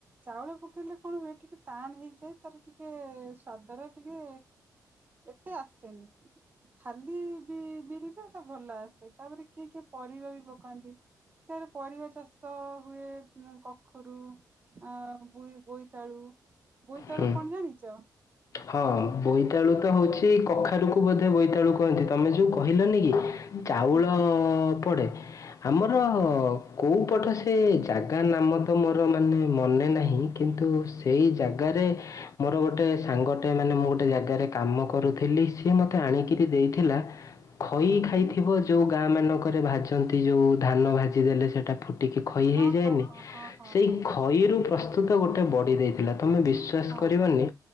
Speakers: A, on the right; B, on the left.
A: ଚାଉଳ ପକେଇଲେ କଣ ହୁଏ, ଟିକେ ଟାଣ ହେଇଯାଏ ତାର ଟିକେ ସ୍ଵାଦର ଟିକେ ଏତେ ଆସେନି। ଖାଲି ବି ବିରିରେ ସେଇଟା ଭଲ ଆସେ। ତାପରେ କିଏ କିଏ ପରିବା ବି ପକାନ୍ତି। ସେ ପରିବା ଚାଷ ହୁଏ। ଉଁ କଖରୁ ଆ ବୋଇ ବୋଇତାଳୁ ବୋଇତାଳୁ
B: ହୁଁ।
A: କଣ ଜାଣିଚ?
B: ହଁ ବୋଇତାଳୁ ତ ହଉଛି, କଖାରୁକୁ ବୋଧେ ବୋଇତାଳୁ କହନ୍ତି। ତମେ ଯୋଉ କହିଲନି କି ଚାଉଳ
A: ହୁଁ
B: ପଡ଼େ। ଆମର
A: ହୁଁ
B: କୋଉ ପଟ ସେ ଜାଗା ନାମ ତ ମୋର ମାନେ ମନେ ନାହିଁ, କିନ୍ତୁ ସେଇ ଜାଗା ରେ ମୋର ଗୋଟେ ସାଙ୍ଗ ଙ୍ଗଟେ ମାନେ ମୁଁ ଗୋଟେ ଜାଗାରେ କାମ କରୁଥିଲି ସିଏ ମତେ ଆଣିକିରି ଦେଇଥିଲା ଖଇ
A: ହୁଁ
B: ଖାଇଥିବ, ଯୋଉ ଗାଁ ମାନଙ୍କରେ ଭାଜନ୍ତି ଯୋଉ ଧାନ ଭାଜି ଦେଲେ ସେଇଟା ଫୁ ଟିକି ଖଇ
A: ହଁ
B: ହେଇଯାଏନି।
A: ହଁ ହଁ ହଁ
B: ସେଇ
A: ହଁ
B: ଖଇରୁ ପ୍ରସ୍ତୁତ ଗୋଟେ ବଡି ଦେଇଥିଲା। ତମେ ବିଶ୍ୱାସ
A: ହଁ
B: କରିବନି
A: ହଁ